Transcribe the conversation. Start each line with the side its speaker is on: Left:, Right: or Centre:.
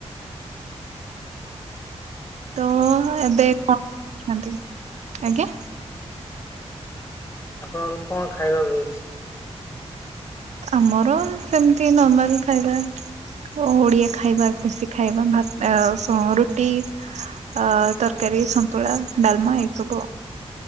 Right: ତ ଏବେ କଣ କରୁଛନ୍ତି ଆଜ୍ଞା?
Left: ଆପଣଙ୍କ କ ଣ ଖାଇବାକୁ ମିଳିଛି?
Right: ଆମର ସେମିତି ନର୍ମାଲ ଖାଇବା। ଓ ଓଡିଆ ଖାଇବା ବେଶୀ ଖାଇବା ଭାତ ଅ ଓ ରୁଟି। ଅ ତରକାରୀ, ସନ୍ତୁଳା, ଡାଲମା ଏଇ ସବୁ।